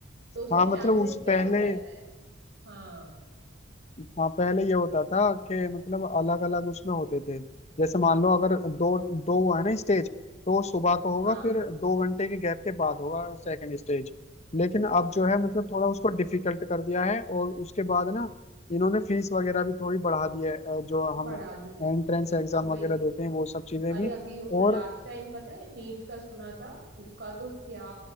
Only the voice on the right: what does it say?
तो उससे
चांसेस
क्या
हो जाता है हाँ
हाँ
यस
हाँ
बढ़ा दिए
वही
ना
अरे
अभी
लास्ट टाइम पता है नीट का सुना था उसका तो क्या